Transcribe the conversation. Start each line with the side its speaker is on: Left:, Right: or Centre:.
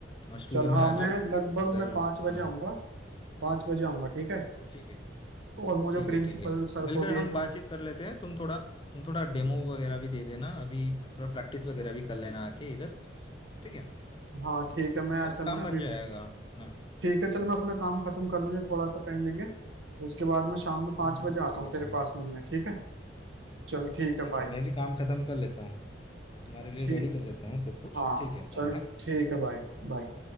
Left: हाँ स्टूडियो
Right: चल हाँ
Left: में आ
Right: मैं
Left: जाओ
Right: लगभग
Left: इधर
Right: मैं पाँच बजे
Left: हाँ
Right: आऊँगा पाँच बजे आऊँगा ठीक है
Left: ठीक है
Right: और मुझे
Left: ठीक
Right: प्रिंसिपल
Left: है ठीक है
Right: सर
Left: मिलकर
Right: को भी एक
Left: हम
Right: वो
Left: बातचीत कर लेते हैं तुम थोड़ा तुम थोड़ा डेमो वगैरह भी दे देना अभी थोड़ा प्रैक्टिस वगैरह भी कर लेना आके इधर ठीक है
Right: हाँ ठीक है मैं
Left: हो
Right: असल
Left: काम
Right: में अभी
Left: बन जाएगा अपना
Right: ठीक है चल मैं अपना काम खत्म कर लूँ ये थोड़ा सा पेंडिंग है उसके बाद मैं शाम में पाँच
Left: हम्म
Right: बजे आता
Left: ठीक
Right: हूँ
Left: है
Right: तेरे
Left: ठीक है
Right: पास मिलने ठीक है चल ठीक
Left: ठीक
Right: है बाय
Left: है मैं भी काम खत्म कर लेता हूँ तुम्हारे लिए
Right: ठीक
Left: रेडी कर लेता हूँ सब कुछ
Right: हाँ
Left: ठीक है
Right: चल
Left: बाय हाँ
Right: ठीक है बाय बाय